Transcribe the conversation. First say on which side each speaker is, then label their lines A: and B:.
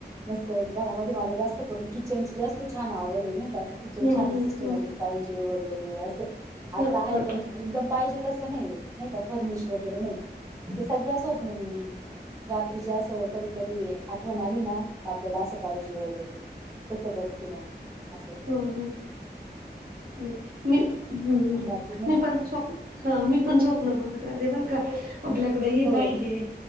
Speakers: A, on the right; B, on the right.
A: मस्त घरामध्ये मला जास्त करून किचनची जास्त छान आवड आहे नाय का किचन
B: हम्म
A: छान
B: हम्म
A: सिस्टमॅटिक
B: हम्म
A: पाहिजे वगैरे असं आता
B: ह ह
A: आहे
B: ह
A: पण एकदम पाहिजे तसं नाही, नाही का फर्निश वगैरे नाही ते सगळं स्वप्न मी रात्रीची असं कधी-कधी आठवण आली ना, का आपल्याला असं पाहिजे वगैरे तस बघते म अस.
B: ह ह ह नाही, मी हम्म
A: बाकी नाही
B: मी पण स्वप, ह मी पण स्वप्न बघत राहते, बर का. आपल्याकडे हे
A: हो
B: पाहिजे,